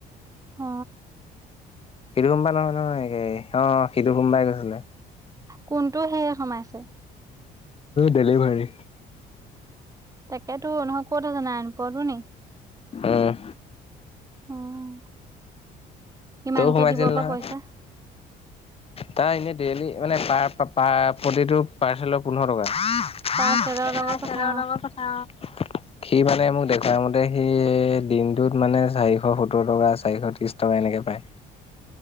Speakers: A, on the right; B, on the left.
A: অ
B: সিটো সোম বাৰে নহয় নহয়, এই অ সিঁটো সোম বাই গৈছিলে।
A: কোনটো সেয়ে সোমাইছে?
B: ডেলিভাৰী।
A: তাকেতো নহয় ক'ত <unintelligible>
B: উম্
A: অহ। কিমানকে
B: তৌ সোমাইছিল
A: দিব বা
B: নহয়
A: পইচা?
B: তাৰ হে ডেইলি মানে পাৰ পা প্ৰতিটো পাৰ্চেলৰ পোন্ধৰ টকা। <unintelligible>
A: পাৰ্চেলৰ লগত কথা
B: সি মানে মোক দে তাৰ মতে সি দিন দুই মানে চাৰিশ সত্তৰ টকা, চাৰিশ ত্ৰিশ টকা এনেকে পায়।